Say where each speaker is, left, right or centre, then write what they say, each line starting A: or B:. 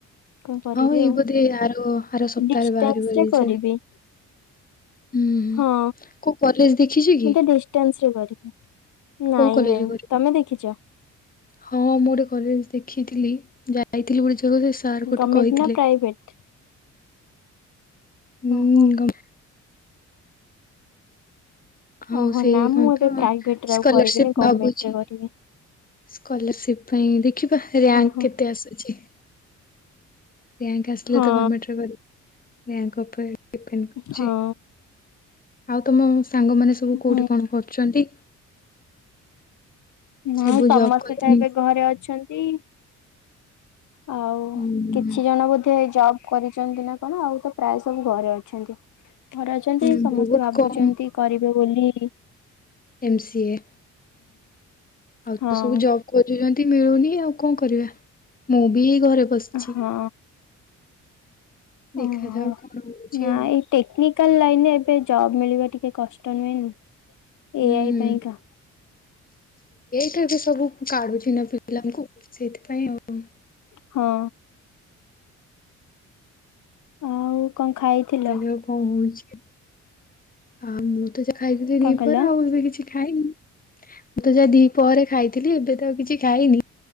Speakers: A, on the left; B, on the left.
A: କଣ କରିବି
B: ହଁ ଏଇ
A: ଆଉ
B: ବୋଧେ ଆର ଆର ସପ୍ତାହରେ
A: ଡିଷ୍ଟାନ୍ସରେ
B: ବାହାରିବ ରେଜଲ୍ଟ।
A: କରିବି।
B: ହୁଁ
A: ହଁ
B: କୋଉ କଲେଜ ଦେଖିଛୁ କି?
A: ମୁ ତ ଡିଷ୍ଟାନ୍ସରେ କରେ
B: କୋଉ
A: ନାଇଁ
B: କଲେଜ
A: ନାଇଁ
B: କରିବ?
A: ତମେ ଦେଖିଛ
B: ହଁ ମୁଁ ଗୋଟେ କଲେଜ ଦେଖିଥିଲି ଯାଇଥିଲି ଗୋଟେ ସେ ସାର୍ ଗୋଟେ
A: ଗମେଣ୍ଟ
B: କହିଥିଲେ
A: ନା ପ୍ରାଇଭେଟ
B: ହୁଁ
A: ଓହୋ।
B: ଆଉ
A: ଓହୋ
B: ସେ
A: ନା
B: କହ
A: ମୁଁ ଏବେ
B: ତ
A: ପ୍ରାଇଭେଟ ରେ
B: ସ୍କଲରସିପ
A: ଆଉ କରିବିନି ଗଭର୍ଣମେଣ୍ଟ
B: ଭାବୁଛି।
A: ରେ କରିବି।
B: ସ୍କଲାରସିପ ପାଇଁ ଦେଖିବା ରାଙ୍କ୍
A: ଓହୋ
B: କେତେ ଆସୁଛି। ସେ ୟାଙ୍କୈ ଆସିଲେ
A: ହଁ
B: ତ ଗମେଣ୍ଟ ରେ କରି ୟାଙ୍କ ଉପରେ ଡିଫେଣ୍ଡ୍ କରୁଛି
A: ହଁ
B: ଆଉ ତମ ସାଙ୍ଗ ମାନେ ସବୁ କୋଉଠି
A: ହୁଁ
B: କଣ କରୁଛନ୍ତି।
A: ନା
B: ସବୁ
A: ସମସ୍ତେ
B: ଜବ୍ କଲେଣି
A: ତ ଏବେ ଘରେ ଅଛନ୍ତି। ଆଉ
B: ହୁଁ
A: କିଛି ଜଣ ବୋଧେ ଏ ଜବ୍ କରିଛନ୍ତି ନା କଣ ଆଉ ତ ପ୍ରାୟ ସବୁ ଘରେ ଅଛନ୍ତି। ଘରେ ଅଛନ୍ତି
B: ହଁ
A: ସମସ୍ତେ
B: ବହୁତ
A: ଭାବୁଛନ୍ତି
B: କମ୍
A: କରିବେ ବୋଲି
B: ଏମ ସି ଏ। ଆଉ
A: ହଁ।
B: ତ ସବୁ ଜବ୍ ଖୋଜୁଛନ୍ତି ମିଳୁନି ଆଉ। ଆଉ କଣ କରିବା ମୁଁ ବି ଏଇ ଘରେ ବସିଛି।
A: ହଁ
B: ଦେଖାଯାଉ
A: ଓହୋ
B: କଣ ହଉଛି
A: ନା
B: ଆଉ
A: ଏଇ ଟେକ୍ନିକାଲ ଲାଇନ ଏବେ ଜବ୍ ମିଳିବା ଟିକେ କଷ୍ଟ ନୁହେଁ ନା
B: ହୁଁ
A: ଏଆଇ ପାଇଁ କା।
B: ଏବେ ସବୁ କାଢୁଛି ନା ପିଲାମାନଙ୍କୁ ସେଇଥିପାଇଁ ଆଉ
A: ହଁ। ଆଉ। କଣ ଖାଇଥିଲ
B: ଉ କଣ ହଉଛି ଆ ମୁଁ ତ ଯ ଖାଇଥିଲି
A: କଣ
B: ଦିପରେ
A: କହିଲ?
B: ଆଉ ଏବେ କିଛି ଖାଇନି ମୁଁ ତ ଯାହା ଦିପହରେ ଖାଇଥିଲି ଏବେ ତ ଆଉ କିଛି ଖାଇନି